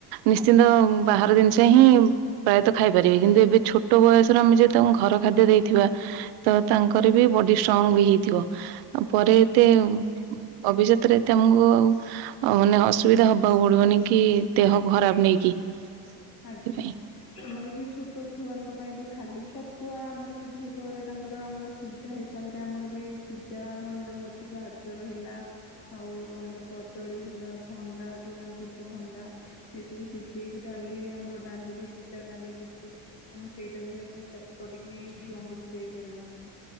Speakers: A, on the right; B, on the left.
A: ନିଶ୍ଚିନ୍ତ ବାହାର ଜିନିଷ ହିଁ ପ୍ରାୟତଃ ଖାଇପାରିବେ କିନ୍ତୁ ଏବେ ଛୋଟ ବୟସର ଆମେ ଯଦି ତାଙ୍କୁ ଘର ଖାଦ୍ୟ ଦେଇଥିବା ତ ତାଙ୍କର ବି ବଡି ଷ୍ଟ୍ରଙ୍ଗ ବି ହେଇଥିବ। ଆଉ ପରେ ଏତେ ଭବିଷ୍ୟତ ରେ ଏତେ ଆମକୁ ଆଉ ଆ ମାନେ ଅସୁବିଧା ହବାକୁ ପଡିବନି କି ଦେହକୁ ଖରାପ ନେଇକି। ସେଥିପାଇଁ।
B: ଆଜ୍ଞା ଆମର ବି ଛୋଟ ଛୁଆଙ୍କ ପାଇଁ ବି ଖାଲି। ଛତୁଆ ଆମର ବି ଦିପହରେ ତାଙ୍କର ଆମର ସିଜା ହିସାବରେ ଆମର ବି ସିଜା ଆମର ଯେଉଁ ଅଛି ଗଜର ହେଲା ଆଉ ଆମର କଦଳୀ ହେଲା ଭଣ୍ଡା ଯେଉଁ ଅମୃତ ଭଣ୍ଡା। ଏ ସବୁ ସିଜେଇକି ଡାଲିରେ ଆମର ଡାଲି ବି ସିଜା ଡାଲି କିଛି ଆମେ ସେଇଟାକୁ ବି ଆମେ ଚକଟିକି ଛୁଆଙ୍କୁ ବି ଦେଇପାରିବା ଆମେ।